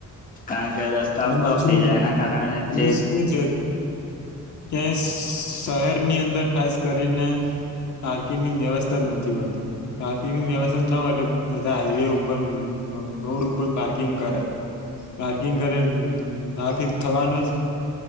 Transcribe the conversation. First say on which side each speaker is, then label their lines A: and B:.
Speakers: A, on the left; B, on the left.
A: કારણ કે રસ્તાઓ
B: અને
A: બ્લોક
B: પાછું
A: થઈ
B: <unintelligible>
A: જાય એના કારણે જે
B: ક્યા શહેરની અંદર ખાસ કરીને પાર્કિંગની વ્યવસ્થા જ નથી હોતી. પાર્કિંગની વ્યવસ્થા ના હો બધા હાઈવે ઉપર રોડ ઉપર પાર્કિંગ કરે. પાર્કિંગ કરે. હમ, બાકી થવાનું જ.